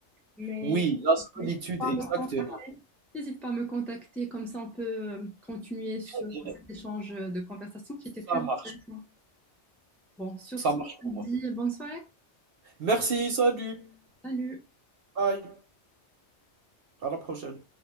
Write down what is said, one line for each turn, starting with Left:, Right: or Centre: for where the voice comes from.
Centre: mais
Right: Oui, la solitude,
Centre: n'hésite pas
Right: exactement.
Centre: à me contacter, n'hésite pas à me contacter, comme ça on peut euh, continuer sur
Right: Très bien.
Centre: cet échange de conversation qui était
Right: Ça
Centre: très
Right: marche,
Centre: intéressant. Bon, sur
Right: ça
Centre: ce,
Right: marche
Centre: je
Right: pour
Centre: te
Right: moi.
Centre: dis bonne soirée.
Right: Merci, salut.
Centre: Salut.
Right: Bye. À la prochaine.